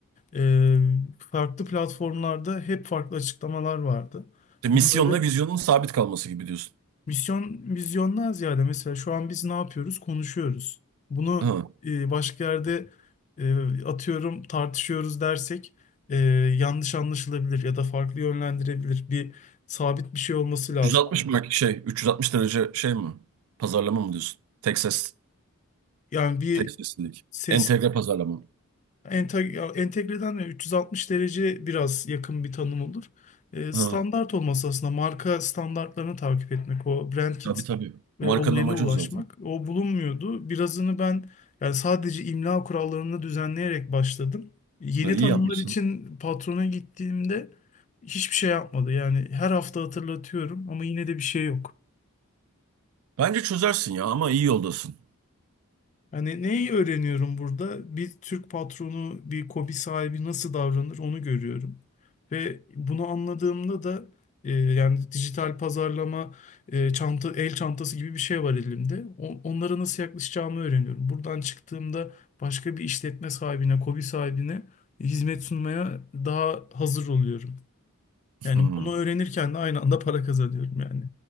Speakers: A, on the left; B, on the right.
A: Ee, farklı platformlarda hep farklı açıklamalar vardı.
B: İşte
A: Bunları
B: misyonla vizyonun sabit kalması gibi diyorsun.
A: misyon vizyondan ziyade mesela şu an biz ne yapıyoruz? Konuşuyoruz. Bunu
B: Ha.
A: e, başka yerde e, atıyorum tartışıyoruz dersek e, yanlış anlaşılabilir ya da farklı yönlendirebilir. Bir sabit bir şey olması
B: 360
A: lazım.
B: mark şey 360 derece şey mi? Pazarlama mı diyorsun? Tek ses,
A: Yani bir
B: tek seslilik.
A: ses
B: Entegre pazarlama.
A: Ente- entegreden de 360 derece biraz yakın bir tanım olur. E,
B: Ha.
A: standart olması aslında marka standartlarını takip etmek, o brand kit
B: Tabii tabii. Markanın
A: e, olayına
B: amacı
A: ulaşmak.
B: o zaten.
A: O bulunmuyordu. Birazını ben yani sadece imla kurallarını düzenleyerek başladım. Yeni
B: Ya, iyi
A: tanımlar
B: yapmışsın.
A: için patrona gittiğimde hiçbir şey yapmadı. Yani her hafta hatırlatıyorum ama yine de bir şey yok.
B: Bence çözersin ya ama iyi yoldasın.
A: Hani neyi öğreniyorum burada? Bir Türk patronu, bir KOBİ sahibi nasıl davranır onu görüyorum. Ve bunu anladığımda da e, yani dijital pazarlama, e, çanta, el çantası gibi bir şey var elimde. O- onlara nasıl yaklaşacağımı öğreniyorum. Buradan çıktığımda başka bir işletme sahibine, KOBİ sahibine hizmet sunmaya daha hazır oluyorum. Yani
B: Hı.
A: bunu öğrenirken de aynı anda para kazanıyorum yani.